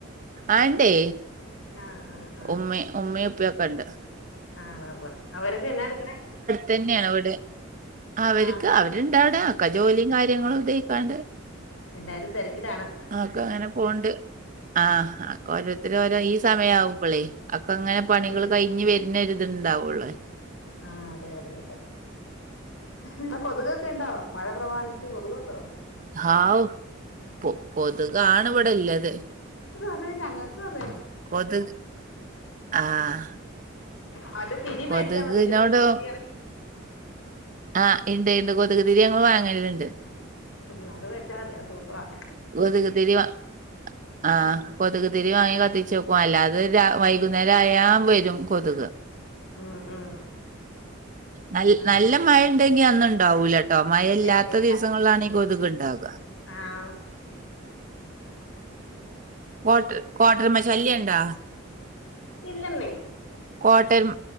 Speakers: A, on the right; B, on the left.
A: ആഹ് ഇണ്ടേ
B: ആ ആ ആ
A: ഉമ്മെ ഉമ്മെ, ഉപ്പേം ഒക്കണ്ട്
B: ആഹ് ഉവ്വ ഉവ്വ അവരൊക്കെന്നാ ട്‌ക്ക്ണേ
A: തെന്ന്യാണോ വീട്‌ അവര്ക്ക്
B: ആണ്
A: അവര്ണ്ടവടെ ഒക്കെ ജോലിം കാര്യങ്ങളൊക്കയ്ക്കാണ്ട്
B: എല്ലാരും തെരക്കിലാണ്.
A: ഒക്കങ്ങനെ പോവ്ണ്ട് ആഹ് ആ ക്കൊരോര്ത്തരോരോ ഈ സമയാവുമ്പളേയ് അക്കെങ്ങനെ പണികൾ
B: ഉം
A: കയിഞ്ഞ് വെര്ന്നൊര്ത്ണ്ടാവൊള്ള
B: ആഹ് അതെ യതെ യതെ ഇപ്പൊ കൊത്ക്കൊക്കെണ്ടോ മഴ പ്രമാണിച്ച് കൊത്ക്ണ്ടോ?
A: ഹാവു പൊ കൊതുകാണ് വടെല്ലത്.
B: അതെ ഞങ്ങക്കും അതെ
A: കൊതുക് ആഹ്
B: മറ്റേ തിരിമേടിച്ചാമതി
A: കൊതുകിനോട്
B: ഒരു പുതിയ തിരി എറങ്ങി
A: ആഹ് ഇണ്ട് ണ്ട് കൊത്ക് തിരി ഞങ്ങള് വാങ്ങല്ണ്ട്.
B: ഉം അത് വേടിച്ചാ മതി അത് സൂപ്പറാ.
A: കൊത്ക് തിരി വാ ആഹ് കൊത്ക് തിരിവാങ്ങി കത്തിച്ചെക്കും അല്ലാതെ രാ വൈകുന്നേരായാ വെരും കൊത്ക്.
B: ഉം ഉം
A: നൽ
B: അങ്ങനെ
A: നല്ല മഴണ്ടെങ്കി അന്ന്ണ്ടാവൂല ട്ടോ മഴ
B: ഇല്ല
A: ഇല്ലാത്ത
B: ഇല്ല ഇല്ല
A: ദിവസങ്ങളിലാണീ കൊത്ക്ണ്ടാക.
B: ആഹ്
A: കോട്ട്ര്
B: പിന്നെ
A: കോട്ട്രര്മ ശല്ല്യണ്ടാ?
B: ഇല്ലന്നെ
A: കോട്ടര്മ്